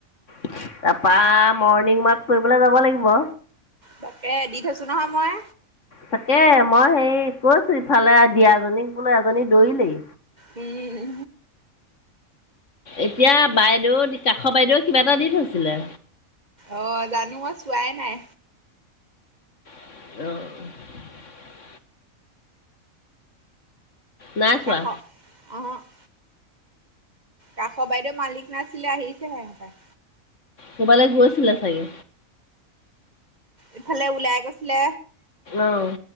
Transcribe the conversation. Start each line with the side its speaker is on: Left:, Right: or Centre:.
Left: তাৰাপা মৰ্ণিং ৱাক কৰিবলৈ যাব লাগিব।
Right: তাকে দি থৈছো নহয় মই।
Left: তাকে মই হেই কৈছো ইফালে দিয়াজীক বোলেো এজনী দৌৰিলেই।
Right: নি <unintelligible>
Left: এতিয়া বাইদেউ কাষৰ বাইদেউ কিবা এটা দি থৈছিলে।
Right: অ জানো মই চোৱাই নাই।
Left: অহ নাই চোৱা
Right: কাষ উহো উম <inaudible> কাষৰ বাইদেউ মালিক নাছিলে আহিছেহে। অ
Left: কবালৈ গৈছিলে চাগে।
Right: ইফালে উওলাই গৈছিলে।
Left: অ'।